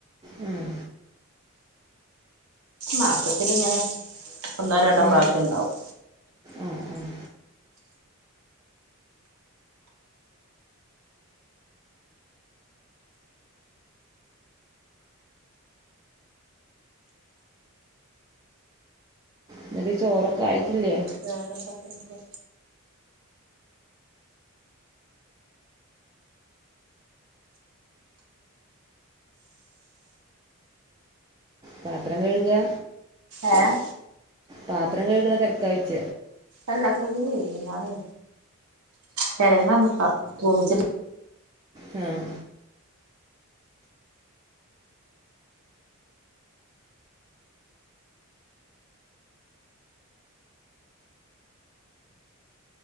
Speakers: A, on the right; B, on the right.
A: ഉം
B: മാസത്തില്ങ്ങനെ ഒന്നോ രണ്ടോ
A: ഉം
B: പ്രാവശ്യം ഇണ്ടാവും
A: ആഹ് ആഹ് ഇന്നട്ട് ചോറൊക്കെ ആയിട്ടില്ലേ
B: വേറെന്തെക്കെ ഇന്ന്ട്ട്
A: പാത്രം കഴ്കാ
B: ഏഹ്
A: പാത്രം കഴ്ക്ണ തെരക്കാഴ്ച്ച
B: അല്ല കഴ്കല് കഴിഞ്ഞ്. ഞാന് ചെരങ്ങന്ന് താ തൂമിച്ചിട്ട്
A: ഉം